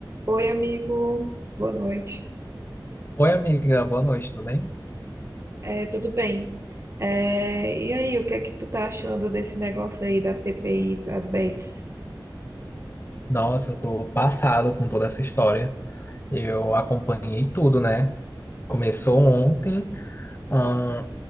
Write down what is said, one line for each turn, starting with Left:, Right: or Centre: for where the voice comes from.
Right: Oi, amigo. Boa noite.
Left: Oi, amiga, boa noite, tudo bem?
Right: É, tudo bem? É, e aí, o que é que tu tá achando desse negócio aí da CPI das bets?
Left: Nossa, eu tô passado com toda essa história. Eu acompanhei tudo, né? Começou ontem, ahn,